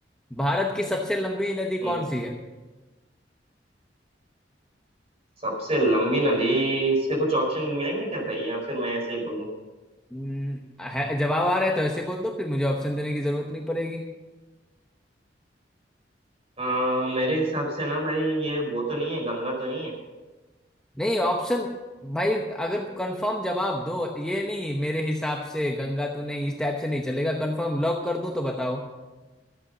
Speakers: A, in the centre; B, on the right.
A: भारत की सबसे लंबी नदी
B: हम्म
A: कौन सी है
B: सबसे लंबी नदी इसके कुछ ऑप्शन मिलेंगे क्या भाई या फिर मैं ऐसे ही बोल दूं
A: हम्म, है जवाब आ रहा है तो ऐसे बोल दो फिर मुझे ऑप्शन देने की जरूरत नहीं पड़ेगी
B: आ, मेरे हिसाब से ना भाई ये वो तो नहीं है गंगा तो नहीं है
A: नहीं ऑप्शन भाई अगर कंफर्म जवाब दो ये नहीं मेरे हिसाब से गंगा तो नहीं इस टाइप से नहीं चलेगा कंफर्म लॉक कर दूं तो बताओ